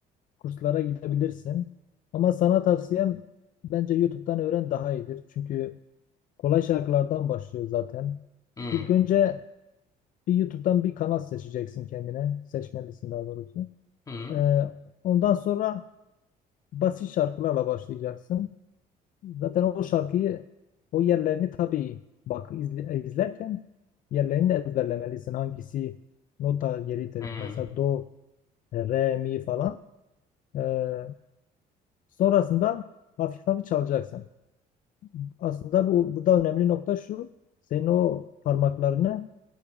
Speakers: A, on the left; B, on the left.
A: kurslara gidebilirsin. Ama sana tavsiyem bence YouTube'dan öğren daha iyidir. Çünkü kolay şarkılardan başlıyor zaten.
B: Hı,
A: İlk önce bir YouTube'dan bir kanal seçeceksin kendine. Seçmelisin daha doğrusu.
B: hı,
A: Ee, ondan sonra basit şarkılarla başlayacaksın. Zaten o şarkıyı o yerlerini tabii bak izle- izlerken yerlerini de ezberlemelisin. Hangisi nota yeridir.
B: hı.
A: Mesela do, re, mi falan. Ee, sonrasında hafif hafif çalacaksın. Aslında bu burada önemli nokta şu. Senin o parmaklarını